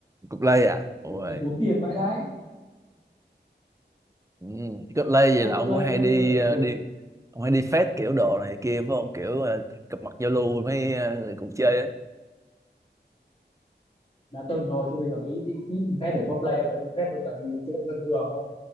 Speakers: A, on the right; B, on the left.
A: Cục lây à?
B: bộ
A: Ôi.
B: môn này tốn tiền vãi đái
A: Ừ. Cách Lê vậy
B: cosplay
A: là ông có hay
B: nhá
A: đi
B: tôi phải
A: ờ, đi ông hay đi fest kiểu đồ này kia phải không kiểu ờ, gặp mặt giao lưu với mấy ờ, người cùng chơi á
B: đã từng thôi chứ bây giờ tôi ít ít, phép để cosplay em ấy phép tôi toàn đi tư cách dân thường thôi